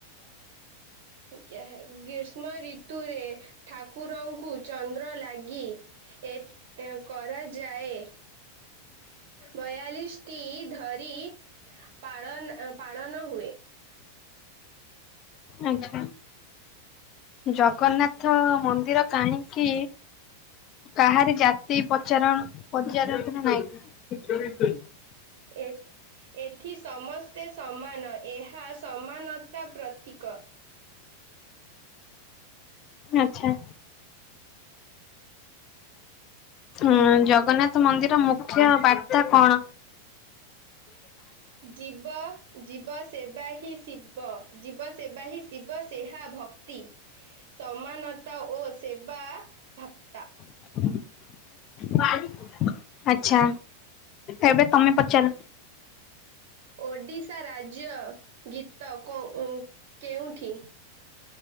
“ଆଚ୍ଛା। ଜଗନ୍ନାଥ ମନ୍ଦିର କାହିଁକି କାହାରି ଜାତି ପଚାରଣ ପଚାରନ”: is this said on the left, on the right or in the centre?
Left